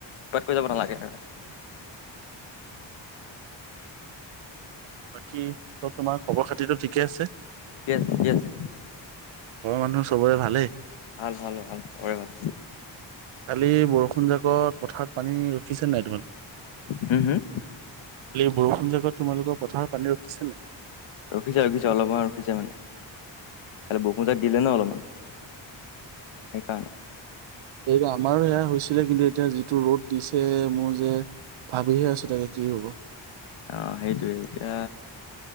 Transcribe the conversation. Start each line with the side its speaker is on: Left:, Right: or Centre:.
Left: <unintelligible> <unintelligible> লাগে
Right: বাকী চব তোমাৰ খবৰ খাতিটো ঠিকে আছে
Left: ঠিকে আছে ঠিকে আছে
Right: হয় মানুহ চবৰে ভালেই?
Left: ভাল ভাল ভাল চবৰে ভাল
Right: কালি বৰষুণ জাকত। পথাৰত পানী ৰখিছো নাই তোমালোকৰ?
Left: হুম হুম
Right: কালিৰ বৰষুণ জাকত তোমালোকৰ পথাৰত পানী ৰখিছে নাই?
Left: ৰখিছে ৰখিছে, অলপমান ৰখিছে মানে খালি বৰষুণজাক দিলে ন অলপমান সেইকাৰণে
Right: সেইটো আমাৰো সেয়া হৈছিলে কিন্তু এতিয়া যিটো ৰ'দ দিছে মোৰ যে। ভাবিহে আছো তাকে কি হব।
Left: অ সেইটোয়ে এতিয়া